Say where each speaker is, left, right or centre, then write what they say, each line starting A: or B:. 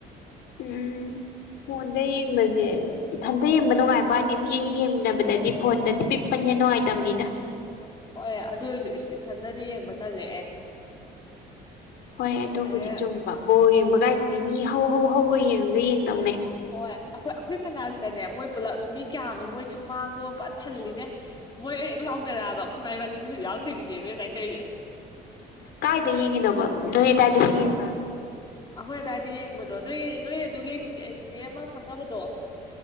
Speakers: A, on the left; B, on the left.
A: ꯎꯝ ꯐꯣꯟꯗ ꯌꯦꯡꯕꯁꯦ ꯏꯊꯟꯇ ꯌꯦꯡꯕ ꯅꯨꯡꯉꯥꯏꯕꯅꯤ ꯃꯤ ꯑꯅꯤ ꯌꯦꯡꯃꯤꯟꯅꯕꯗꯗꯤ ꯐꯣꯟꯗꯗꯤ ꯄꯤꯛꯄꯅꯤꯅ ꯅꯨꯡꯉꯥꯏꯇꯕꯅꯤꯅ
B: ꯍꯣꯏ ꯑꯗꯨ ꯑꯣꯏꯔꯁꯨ ꯏꯁꯇꯦꯁꯟꯗꯗꯤ ꯌꯦꯡꯕ ꯇꯜꯂꯛꯑꯦ
A: ꯍꯣꯏ ꯑꯗꯨꯕꯨꯗꯤ
B: ꯑꯦ
A: ꯆꯨꯝꯕ ꯕꯣꯜ ꯌꯦꯡꯕ ꯀꯥꯏꯁꯤꯗꯤ ꯃꯤ ꯍꯧ ꯍꯧ ꯍꯧꯒ ꯌꯦꯡꯉꯗ ꯌꯦꯡꯗꯧꯅꯦ
B: ꯍꯣꯏ ꯑꯩꯈꯣꯏ ꯑꯩꯈꯣꯏ ꯃꯅꯥꯛꯇꯅꯦ ꯃꯣꯏ ꯄꯨꯂꯞ ꯃꯤ ꯀꯌꯥꯅꯣ ꯃꯣꯏ ꯁꯨꯃꯥꯡꯗꯣ ꯄꯨ ꯊꯜꯂꯤꯅꯦ ꯃꯣꯏ ꯍꯦꯛ ꯂꯥꯎꯅꯔꯛꯑꯕ ꯑꯩꯈꯣꯏ ꯃꯥꯏꯕꯥꯅꯤ ꯃꯤꯈ ꯌꯥꯎꯗꯣꯏꯕꯤꯅꯦꯕ ꯉꯥꯏ ꯇꯧꯔꯤꯁꯦ
A: ꯀꯥꯏꯏꯗ ꯌꯦꯡꯉꯤꯅꯣꯕ ꯅꯣꯏ ꯑꯗꯥꯏꯗꯁꯨ ꯌꯦꯡꯕ꯭ꯔꯥ
B: ꯑꯩꯈꯣꯏ ꯑꯗꯥꯋꯥꯏꯗ ꯌꯦꯡꯕꯗꯣ ꯅꯣꯏ ꯅꯣꯏ ꯑꯗꯨꯒꯤ ꯇꯤꯆꯦ ꯑꯃ ꯈꯪꯅꯕꯗꯣ